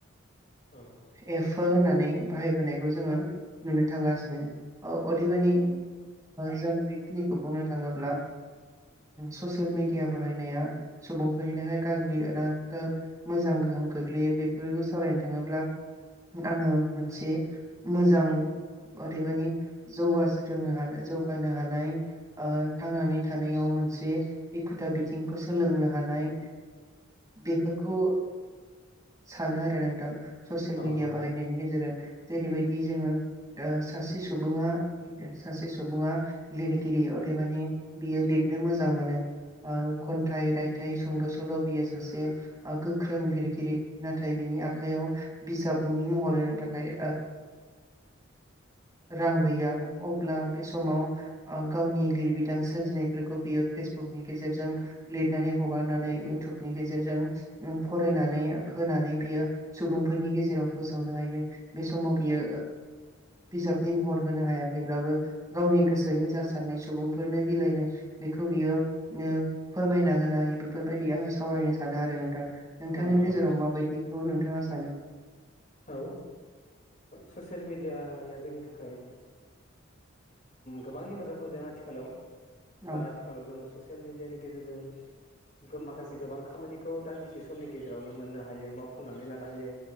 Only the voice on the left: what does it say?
औ
औ
नंगौ
औ नंगौ
औ ससियेल मिड दियाया जोंनि थाखाय गोबां हेफाजाब होदों आथिखालाव
दा आथिखालाव जोङो ससियेल मेडिया मिडयानि गेजेरजों माखासे गोबां खामानिखौ दान्दिसे समनि गेजेरावनो मोननो हायो मावफुंनानै लानो हायो